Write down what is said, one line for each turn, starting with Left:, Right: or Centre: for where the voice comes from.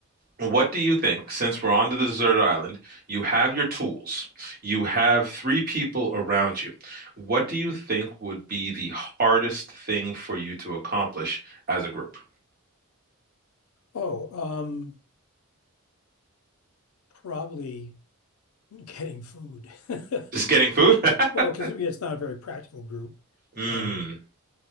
Right: What do you think, since we're on to the desert island, you have your tools, you have three people around you. What do you think would be the hardest thing for you to accomplish as a group?
Left: Oh, um, probably getting food. <laughs>
Right: Just getting food?
Left: Well,
Right: <laughs>
Left: because it's not a very practical group.
Right: Mm,
Left: Um,